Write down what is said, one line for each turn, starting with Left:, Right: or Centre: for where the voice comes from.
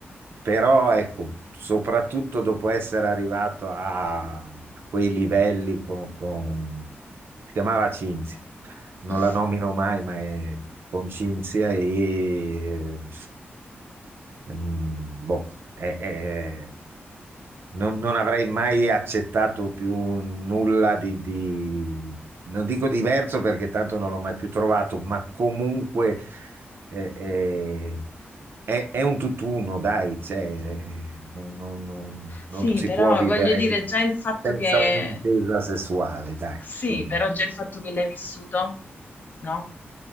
Right: Però ecco, soprattutto dopo essere arrivato a quei livelli con, con... si chiamava Cinzia non
Left: <laughs>
Right: la nomino mai, ma è con Cinzia e... eh, mm, boh, è- è- non, non avrei mai accettato più nulla di, di- non dico diverso perché tanto non l'ho mai più trovato, ma comunque eh, eh, è, è un tutt'uno, dai, cioè, non, non- non- non
Left: Sì,
Right: si
Left: però
Right: può vivere
Left: voglio dire già il fatto
Right: senza
Left: che...
Right: un'intesa sessuale, dai.
Left: Sì,
Right: su-
Left: però già il fatto che l'hai vissuto, no?